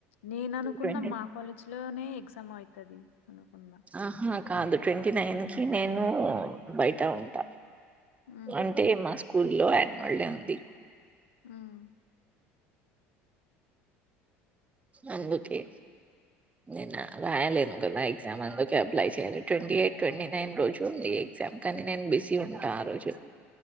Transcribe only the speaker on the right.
ట్వంటీ
ఆహా కాదు ట్వంటీ నైన్ కి నేను బయట ఉంటా
అంటే మా స్కూల్ లో <unintelligible> ఉంది
అందుకే నేనా రాయాలేను కదా ఎగ్జామ్ అందుకే అప్లై చెయ్యలే ట్వంటీ ఎయిట్ ట్వంటీ నైన్ రోజు టుంది ఎగ్జామ్ కానీ నేను బిజీ ఉంటా ఆ రోజు